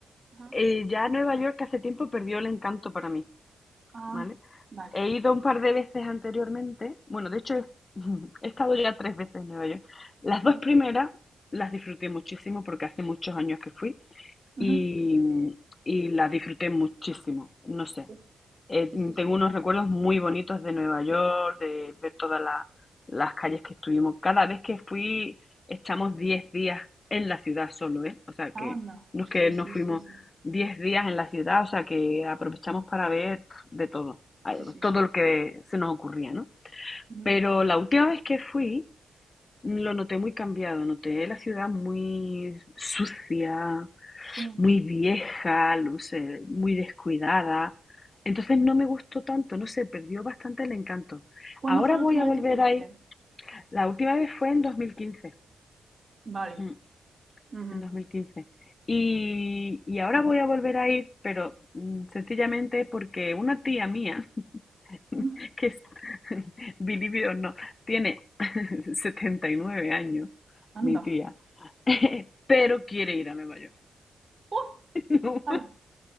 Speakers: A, on the right; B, on the left.
A: Ajá.
B: eh, ya Nueva York hace tiempo perdió el encanto para mí,
A: Ah,
B: ¿vale?
A: vale.
B: He ido un par de veces anteriormente, bueno, de hecho he, <laughs> he estado ya tres veces en Nueva York. Las dos
A: Mm.
B: primeras las disfruté muchísimo porque hace muchos años que fui
A: Ujú.
B: y, y las disfruté muchísimo. No sé,
A: Sí,
B: Eh,
A: sí, sí, sí.
B: tengo unos recuerdos muy bonitos de Nueva York, de ver todas la- las calles que estuvimos. Cada vez que fui, estamos 10 días en la ciudad solo, ¿eh? O sea que
A: Ah, anda.
B: no es que
A: Sí,
B: nos
A: sí,
B: fuimos
A: sí, sí.
B: 10 días en la ciudad, o sea que aprovechamos para ver de todo, a-
A: Sí, sí,
B: todo
A: sí.
B: lo que se nos ocurría, ¿no?
A: Ujú.
B: Pero la última vez que fui, lo noté muy cambiado, noté la ciudad muy sucia,
A: Sí.
B: muy vieja, no sé, muy descuidada. Entonces no me gustó tanto, no sé, perdió bastante el encanto.
A: ¿Cuándo
B: Ahora
A: fue la
B: voy
A: última
B: a
A: vez
B: volver
A: que fuiste?
B: ahí. La última vez fue en 2015,
A: Vale.
B: ujú,
A: Ujú.
B: en 2015. Y, y ahora voy a volver a ir, pero mm, sencillamente porque una tía mía,
A: Mm.
B: <laughs> que es, <laughs> believe it or not, tiene <laughs> 79 años,
A: Anda.
B: mi tía, <laughs> pero quiere ir a Nueva York.
A: ¡Uh!
B: <laughs> No.
A: ¡Hala!